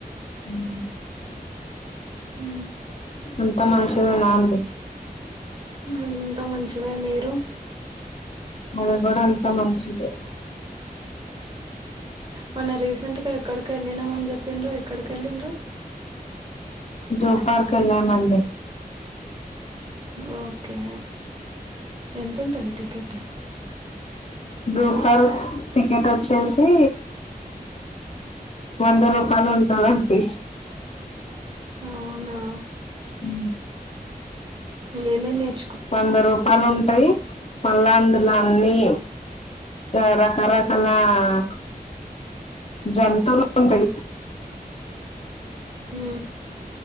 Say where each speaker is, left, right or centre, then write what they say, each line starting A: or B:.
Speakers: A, on the left; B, on the right.
A: ఉమ్
B: హ
A: అంత మంచిదేనా అంది
B: అంత మంచిదే మీరు
A: మనక్ కూడా అంతా మంచిదే
B: మొన్న రీసెంట్గా ఎక్కడికొ వెళ్ళినమని చెప్పిండ్రు ఎక్కడికి వెళ్లిండ్రు
A: జో పార్క్ ఎల్లామండి
B: ఓకే ఎంతుంటది టికెట్
A: జూపార్క్ టికెట్ వచ్చేసి వంద రూపాయలు ఉంటదండి
B: అవునా
A: ఉ
B: ఏమేం నేర్ప్
A: వంద రూపాలు ఉంటాయి మళ్ళ అందులా అన్ని రా రకరకాల ఆ జంతువులు ఉంటాయి
B: ఉ